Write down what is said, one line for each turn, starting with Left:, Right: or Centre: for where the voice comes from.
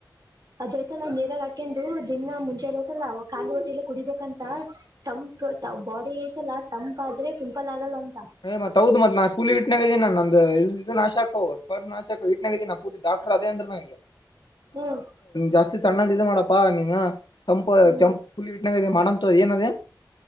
Right: ಅದೈ್ತಲ್ಲ ನೀರಾಗ ಹಾಕಂದುು ದಿನ ಮುಂಚೆಐತಲ್ಲ ಕಾಲು ಹೊತ್ತಲಿ ಕುಡಿಬೇಕಂತ ತ ಬಾಡಿ ಐತಲ್ಲ ತಂಪ ಆದ್ರೆ ಪಿಂಪಲ್ ಆಗಲ್ಲ ಅ
Left: ಏ್ ಮತ್ ಹೌದು ಮತ್ ನಾ ಕೂಲಿ ಇಟ್ಟನಾಗ ಇದೇನ ನಂದು ಇದು ನಾಶಕ ಸ್ವರ್ ನಾಶಕ ಇಾಗ ನಾ ಪತಿ ಡಾಕ್ಟರ್ ಅದೇ ಅಂದ್ರ ನ
Right: ಹ್ಮ್
Left: ಜಾಸ್ತಿ ತಣ್ಣಂದ ಇ ಮಾಡಪ್ಪಾ ನೀನು ತಂಪಂ
Right: ಹ್ಮ್
Left: ಪುಲಿ ಬಿಟ್ಟಾಗ ಮಾಡಂತ ಏನ